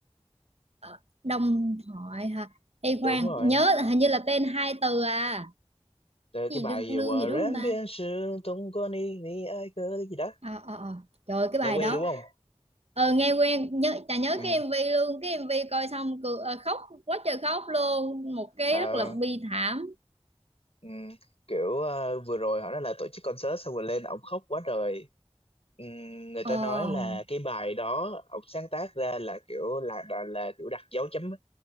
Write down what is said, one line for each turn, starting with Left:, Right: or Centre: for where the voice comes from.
Right: ờ, Đông Thoại hả Ê
Left: đúng
Right: khoan
Left: rồi
Right: nhớ là hình như là tên hai từ à
Left: rồi
Right: Cái
Left: cái bài
Right: gì lương
Left: gì
Right: lương
Left: Quả
Right: gì đúng
Left: rèm
Right: không ta
Left: biên sự tung con đi ni ai cơ cái gì đó
Right: à, à, à. trời ơi, cái
Left: nghe
Right: bài
Left: quen
Right: đó
Left: đúng không
Right: ờ nghe quen nhớ chả nhớ
Left: ừ.
Right: cái MV luôn cái MV coi xong cười, ờ, khóc quá trời khóc luôn một cái
Left: Ờ,
Right: rất là bi thảm
Left: ừ. kiểu ờ, vừa rồi họ nói là tổ chức concert xong rồi lên ổng khóc quá trời Ừ, người ta
Right: ờ
Left: nói là cái bài đó ổng sáng tác ra là kiểu là là, là kiểu đặt dấu chấm